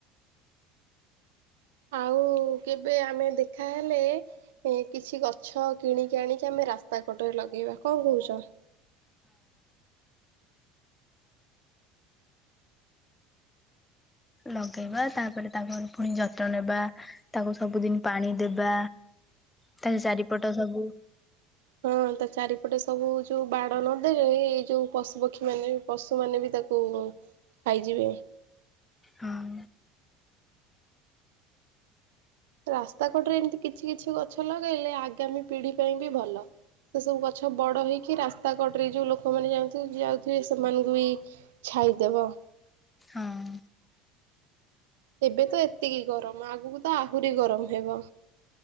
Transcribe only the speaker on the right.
ଆଉ କେବେ ଆମେ ଦେଖାହଲେ ଏଁ କିଛି ଗଛ କିଣିକି ଆଣିକି ଆମେ ରାସ୍ତା କଡ଼ ରେ ଲଗେଇବା କଣ କହୁଚ?
ହଁ ତା ଚାରିପଟେ ସବୁ ଯୋଉ ବାଡ ନଦେଲେ ଏଇ ଯୋଉ ପଶୁ ପକ୍ଷୀ ମାନେ ପଶୁମାନୋନେ ବି ତାକୁ ଖାଇଯିବେ।
ରାସ୍ତା କଡ଼ରେ ଏମତି କିଛି କିଛି ଗଛ ଲଗେଇଲେ ଆଗାମୀ ପିଢି ପାଇଁ ବି ଭଲ। ସେ ସବୁ ଗଛ ବଡ ହେଇକି ରାସ୍ତା କଡରେ ଯୋଉ ଲୋକମାନୋନ ଯାଉଁ ଯାଉଥିବେ ସେମାନଙ୍କୁ ବିଛ ଛାଇଦବ।
ଏବେ ତ ଏତିକି ଗରମ ଆଗକୁ ତ ଆହୁରି ଗରମ ହେବ।